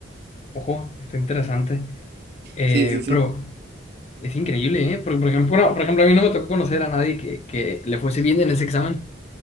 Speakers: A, on the left (about 35°); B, on the right (about 50°).
A: Ojo, está interesante. Eh,
B: Sí, sí, sí.
A: pero es increíble, ¿eh? Porque, por ejemplo, no, por ejemplo, a mí no me tocó conocer a nadie que, que le fuese bien en ese examen.